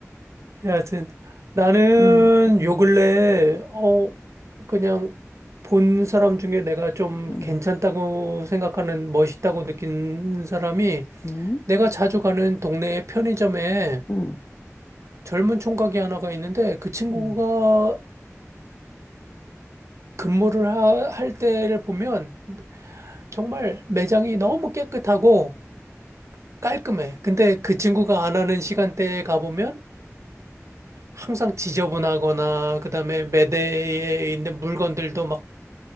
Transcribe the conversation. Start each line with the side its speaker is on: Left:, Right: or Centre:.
Right: 여하튼 나는
Left: 음, 음,
Right: 요 근래 어 그냥 본 사람 중에 내가 좀
Left: 음,
Right: 괜찮다고 생각하는 멋있다고 느낀 사람이
Left: 음,
Right: 내가 자주 가는 동네의 편의점에
Left: 음,
Right: 젊은 총각이 하나가 있는데 그 친구가
Left: 음,
Right: 근무를 하- 할 때를 보면 정말 매장이 너무 깨끗하고 깔끔해. 근데 그 친구가 안 하는 시간대에 가보면 항상 지저분하거나 그다음에 매대에 있는 물건들도 막